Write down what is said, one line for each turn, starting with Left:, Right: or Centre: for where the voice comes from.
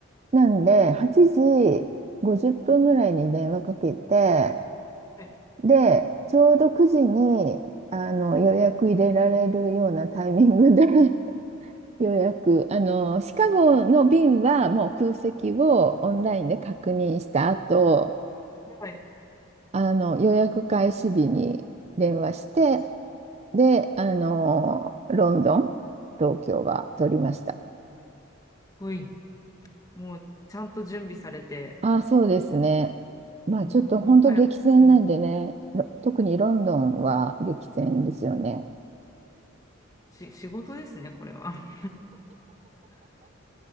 Right: なんで、8時50分ぐらいに電話かけて、
Left: はい、
Right: で、ちょうど9時にあの予約入れられるようなタイミングで <laughs> 予約、あの、シカゴの便はもう空席をオンラインで確認した後、
Left: はい。はい。か
Right: あの、予約開始日に電話して、
Left: っ
Right: で、あの、ロンドン、東京は取りました。
Left: こいい。もうちゃんと準備されて、
Right: ああ、そうですね。まあちょっと本当激戦なんでね、
Left: もうもはや、うん、
Right: ろ特にロンドンは激戦ですよね。
Left: し、仕事ですね、これは。<laughs>